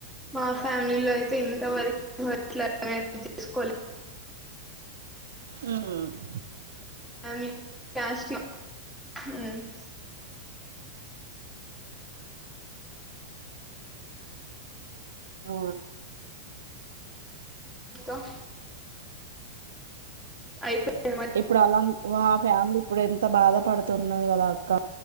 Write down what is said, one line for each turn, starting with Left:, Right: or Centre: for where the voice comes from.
Centre: మా ఫ్యామిలీలో అయితే ఇంతవరకు అట్లా మారేజ్ చేసుకోలే
Right: హ్మ్మ్
Centre: ఫ <unintelligible>
Right: ఆ
Centre: ఇంకా అయిపోయాయి
Right: ఇప్పుడు అలా మా ఫ్యామిలీ ఇప్పుడు ఎంత బాధపడుతున్నది కదా అక్క